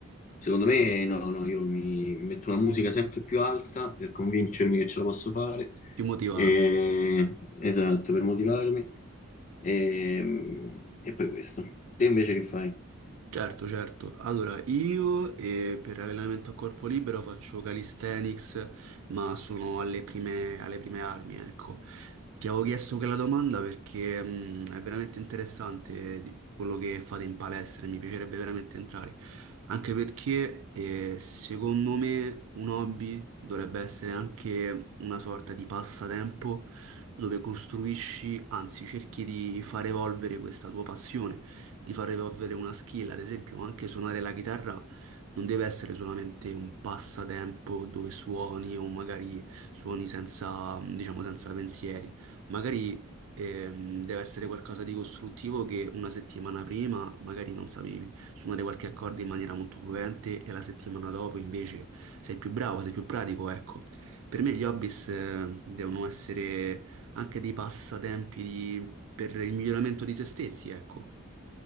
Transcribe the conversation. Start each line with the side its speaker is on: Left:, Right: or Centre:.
Left: secondo me no, no, io mi metto una musica sempre più alta per convincermi che ce la posso fare
Right: Più motivante.
Left: eh, esatto, per motivarmi. Ehm, E, poi questo. Te invece che fai?
Right: Certo, certo. Allora, io eh, per allenamento a corpo libero faccio calisthenics, ma sono alle prime, alle prime armi, ecco. Ti avevo chiesto quella domanda perché mh, è veramente interessante di- quello che fate in palestra e mi piacerebbe veramente entrare. Anche perché eh, secondo me un hobby dovrebbe essere anche una sorta di passatempo dove costruisci, anzi cerchi di far evolvere questa tua passione di far evolvere una skill, ad esempio anche suonare la chitarra non deve essere solamente un passatempo dove suoni o magari suoni senza, diciamo, senza pensieri, magari ehm, deve essere qualcosa di costruttivo che una settimana prima magari non sapevi suonare qualche accordo in maniera molto fluente e la settimana dopo invece sei più bravo, sei più pratico, ecco. Per me gli hobbies eh, devono essere anche dei passatempi di- per il miglioramento di se stessi, ecco.